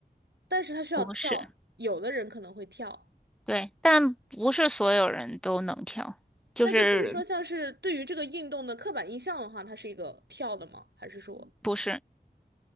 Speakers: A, on the right (about 75°); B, in the centre.
A: 但是他需要跳，
B: 不是，
A: 有的人可能会跳。
B: 对，但不是所有人都能跳，就是
A: 那就比如说像是对于这个运动的刻板印象的话，它是一个跳的吗？还是说
B: 不是，